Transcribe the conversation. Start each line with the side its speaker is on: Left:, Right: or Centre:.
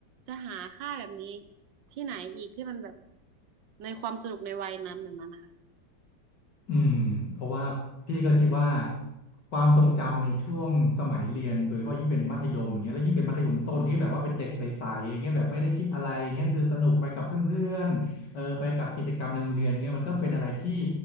Right: จะหาค่ายแบบนี้ที่ไหนอีกที่มันแบบในความสนุกในวัยนั้นแบบนั้นนะคะ
Left: อืมเพราะว่าพี่ก็คิดว่าความทรงจำในช่วงสมัยเรียนโดยเฉพาะยิ่งเป็นมัธยมอย่างเงี้ยแล้วยิ่งเป็นมัธยมต้นที่แบบว่าเป็นเด็กใสๆอย่างเงี้ยแบบไม่ได้คิดอะไรอย่างเงี้ยคือสนุกไปกับเพื่อนๆเออไปกับกิจกรรมในโรงเรียนเงี้ยมันก็เป็นอะไรที่